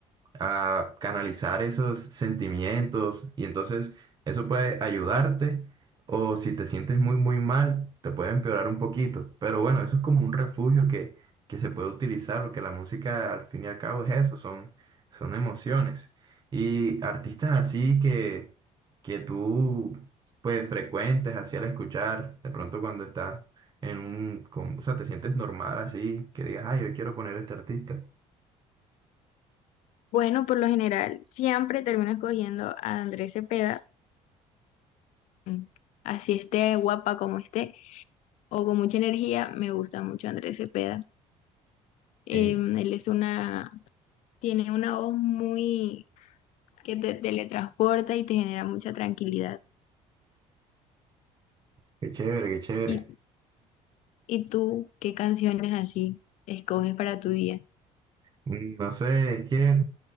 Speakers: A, on the right; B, on the left.
A: a canalizar esos sentimientos y entonces eso puede ayudarte o si te sientes muy muy mal te puede empeorar un poquito, pero bueno, eso es como un refugio que, que se puede utilizar porque la música al fin y al cabo es eso, son, son emociones y artistas así que, que tú pues frecuentes así al escuchar de pronto cuando estás en un, con- o sea, te sientes normal así, que digas, ay, yo quiero poner este artista.
B: Bueno, por lo general siempre termino escogiendo a Andrés Cepeda, mm, así esté guapa como esté o con mucha energía, me gusta mucho Andrés Cepeda. Em,
A: Eh,
B: él es una, tiene una voz muy que te teletransporta y te genera mucha tranquilidad.
A: Qué chévere, qué chévere.
B: ¿Y, y tú qué canciones así escoges para tu día?
A: Mm, No sé, es que,